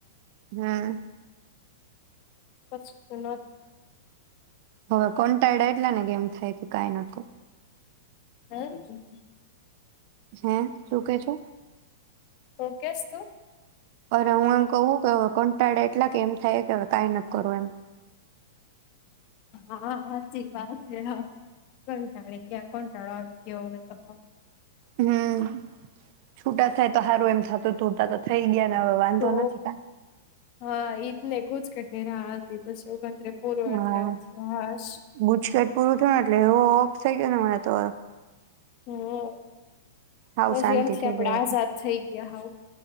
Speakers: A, on the right; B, on the left.
A: હા.
B: પચી <unintelligible>
A: હવે કો ટાઇડ એટલા ને ગમ થાય કે કઈ ન કર.
B: હરે <unintelligible>
A: હ્યાં શું કે છે?
B: ઓકેસ તું.
A: અ હું એમ કહું કે કંટાળા એટલા કે એમ થાય કે હ કઈ નથી કરવું એમ.
B: હા હાચી વાત છે હ. કંટાળે ક્યા કોન્ટાળો આવે. યોગ હતો.
A: હમ છૂટા થાય. તો હારો એમ સાથે તુ. થઈ ગયા. ના હવે વાંધો
B: તો
A: નથી ક.
B: હા ઈ ને ગુંજ કેટ દેના હતી બસ એવું બ. પૂરો
A: હા
B: એટલે આમ થયું હાસ.
A: ગુચકેટ પૂરું થયુંને એટલે એવું ઓપ થઈ ગયો ને મને તો.
B: હમ.
A: હાવ
B: પછી
A: શાંતિ
B: એમથી
A: થઈ
B: આપડે
A: ગઈ
B: આઝાદ
A: હતી
B: થઈ. ક્યા હાવ.